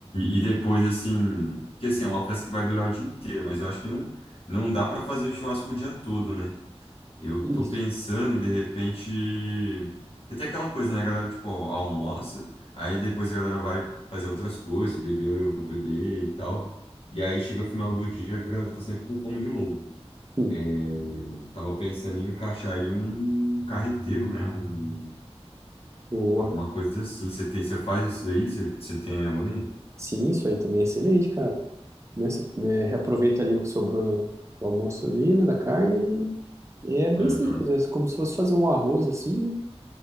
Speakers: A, on the left (about 60°); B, on the right (about 25°).
A: e depois, assim. Porque, assim, é uma festa que vai durar o dia inteiro, mas eu acho que não, não dá para fazer churrasco o dia todo, né? Eu
B: Isso,
A: tô pensando em, de repente. Porque tem aquela coisa, né? A galera, tipo, al- almoça, aí depois a galera vai fazer outras coisas, beber, beber e tal. E aí chega o final do dia, a galera tá sempre com fome de novo.
B: sim,
A: É, tava pensando em encaixar aí um carreteiro, né? Um,
B: boa.
A: alguma coisa assim. Você tem, você faz isso daí? Você, você tem a manha?
B: Sim, isso aí também é excelente, cara. Né, você, né, reaproveita ali o que sobrou do, do almoço ali, né, da carne. e É bem
A: Aham,
B: simples, é como se fosse fazer um arroz assim, né?